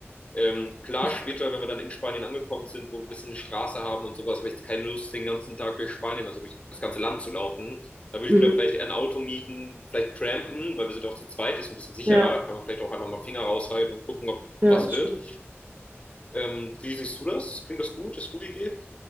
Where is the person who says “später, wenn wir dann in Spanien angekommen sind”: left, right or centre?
Left